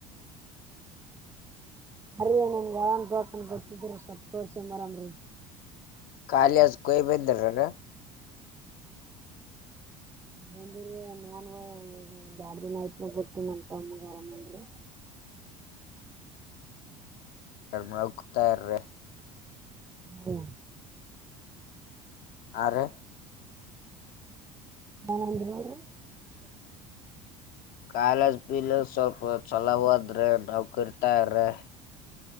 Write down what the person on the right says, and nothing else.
ಬರಿ ನನ್ಗ ಯಾವನ್ ದವಕನಿ ಗೋತ್ತಿದ್ರ ಸ್ವಲ್ಪ ತೋರ್ಸ ಎಂದ ಬರಮಮ್ರಿ
<inaudible> ಈಗ ಒಂದ್ ಎರಡ ದಿನ ಐತಿ ಬಿಟ್ಟ ನಮ್ಮ ತಮ್ಮಗ ಆರಾಮ ಇಲ್ಲರಿ
ಊ
<inaudible>